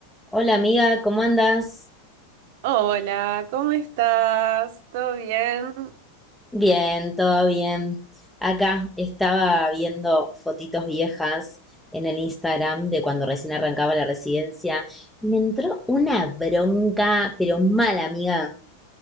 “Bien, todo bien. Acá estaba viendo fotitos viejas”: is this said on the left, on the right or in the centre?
Centre